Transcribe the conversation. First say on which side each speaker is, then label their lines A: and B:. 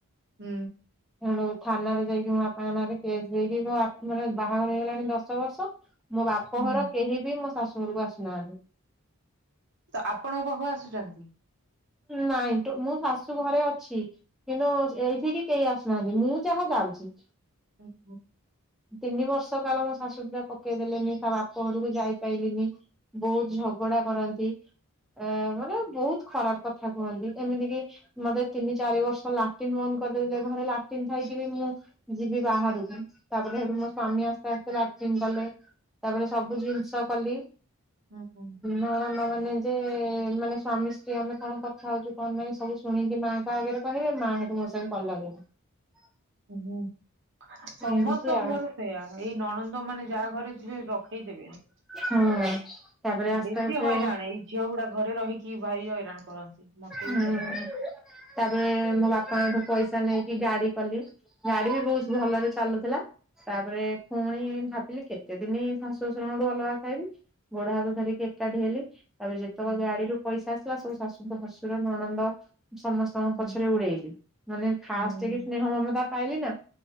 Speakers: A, on the right (about 50°); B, in the centre.
A: ହୁଁ।
B: ସେଠୁ ଥାନାରେ ଯାଇକି ମୋ ବାପାଙ୍କ ନାଁ ରେ କେସ୍ ଦେଇକି ମୋ ଆ ମାନେ ବାହାଘର ହେଇଗଲାଣି ଦଶ ପାଞ୍ଚ ବର୍ଷ ମୋ ବାପ
A: ହୁଁ
B: ଘର କେହି ବି ମୋ ଶାଶୁ ଘରକୁ ଆସୁନାହାନ୍ତି।
A: ତ ଆପଣଙ୍କ ପାଖକୁ ଆସୁଚନ୍ତି?
B: ନାଇଁ ଟୁ ମୁଁ ଶାଶୁ ଘରେ ଅଛି କିନ୍ତୁ ଏଇଠିକି କେହି ଆସୁନାହାନ୍ତି ମୁଁ ଯାହା ହଁ ଯାଉଚି।
A: ହୁଁ ହୁଁ।
B: ତିନି ବର୍ଷ କାଳ ମୋ ଶାଶୁ ପୁରା ପକେଇଦେଲେନି ତା ବାପ ଘରକୁ ଯାଇ ଯାଇପାଇଲିନି। ବହୁତ୍‌ ଝଗଡା କରନ୍ତିଏଁ ମାନେ ବହୁତ୍‌ ଖରାପ୍ କଥା କୁହନ୍ତି ଏମିତି କିି ମତେ ତିନି ଚାରି ବର୍ଷ ଲାଟିନ୍ ବନ୍ଦ କରିଦେଇଥିଲେ ଘରେ ଲାଟିନ୍ ଥାଇକି ଇକି ମୁଁ ଯିବି ମୁଁ ଯିବି ବାହାରୁକୁ ତାପରେ ସେଠୁ ମୋ ସ୍ଵାମୀ ଆସ୍ତେ ଆସ୍ତେ ଲାଟିନ୍ କଲେ। ତାପରେ ସବୁ ଜିନ୍‌ଷ କଲି।
A: ହୁଁ ହୁଁ
B: ନଣନ୍ଦ ମାନେ ଯେ ମାନେ ସ୍ଵାମୀ ସି କି ଆମେ କଣ କଥା ହଉଛୁ କଣ ନାଇଁ ସବୁ ଶୁଣିକି ମାଆଙ୍କ ଆଗରେ କହିବେ ମା ହେଟୁ ମୋ ସାଙ୍ଗେ କଳି ଲଗେଇବେ।
A: ହୁଁ ସମସ୍ତଙ୍କ
B: ଏମିତି ଆଉ
A: ଘର ସେଇୟା ଏଇ ନଳନ୍ଦ ମାନେ ଯା ଘରେ ଥିବେ ରଖେଇଦେବେନି
B: ହୁଁ। ତାପରେ ଆସ୍ତେ
A: ବେଶୀ
B: ଆସ୍ତେ
A: ହଇରାଣ ଏଇ ଝିଅଗୁଡା ଘରେ ରହି କି ଭାଇ ହଇରାଣ କରନ୍ତି। ମତେ
B: ହୁଁ
A: ବି ସେଇଆ।
B: ତାପରେ
A: ହୁଁ
B: ମୋ ବାପାଙ୍କଠୁ ପଇସା ନେଇକି ଗାଡି କଲି ଗାଡି ବି ବହୁତ୍‌ ଭଲରେ ଚାଲୁଥିଲା ତାପରେ ଫୁଣି ଭାବିଲି କେତେ ଦିନୀ ଶାଶୁ ଶଶୁରଙ୍କ ଠୁ ଅଲଗା ଖାଇବି ଗୋଡ ହାତ ଧରିକି ଏକାଠି ହେଲି। ତାପରେ ଯେତେକ
A: ହୁଁ
B: ଗାଡିରୁ ପଇସା ଆସିଲା ସବୁ ଶାଶୁଙ୍କ ଶଶୁର ନଣନ୍ଦ ସମସ୍ତଙ୍କ
A: ହୁଁ
B: ପଛରେ ଉଡେଇଲି ମାନେ ଫାଷ୍ଟେକି
A: ହୁଁ ହୁଁ
B: ସ୍ନେହ ମମତା ପାଇଲି ନା